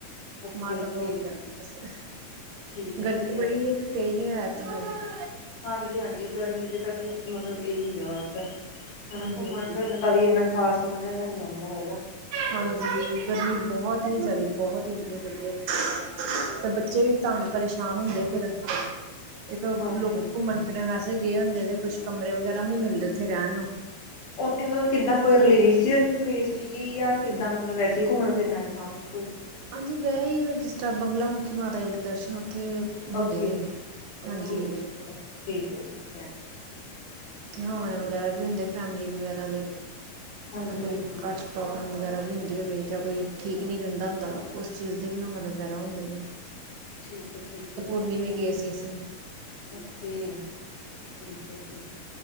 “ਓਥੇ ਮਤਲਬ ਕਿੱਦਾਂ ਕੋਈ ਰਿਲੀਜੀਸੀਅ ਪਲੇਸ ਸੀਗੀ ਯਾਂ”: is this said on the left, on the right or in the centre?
Left